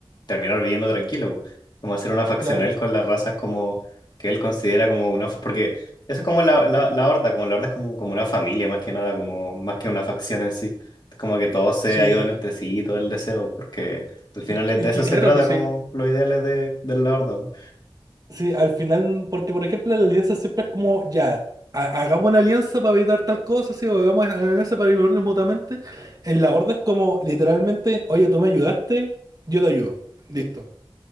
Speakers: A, on the left; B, on the right.
A: terminar viviendo tranquilo, po. como hacer una facción
B: claro,
A: él con las razas como que él considera como una... Porque eso es como la, la, la horda, como la horda es como, como una familia más que nada, como más que una facción en sí. Es como que todos se
B: sí.
A: ayudan entre sí y todo el deseo, porque al final
B: Es que,
A: es-
B: es
A: de eso
B: que
A: se
B: claro,
A: trata
B: pues
A: como
B: sí.
A: los ideales de, de la horda. ¿no?
B: Sí, al final, porque por ejemplo la alianza siempre es como, ya, ha- hagamos una alianza para evitar tal cosa, sí, o hagamos una alianza para ayudarnos mutuamente. En la horda es como, literalmente, oye, tú me ayudaste, yo te ayudo. Listo.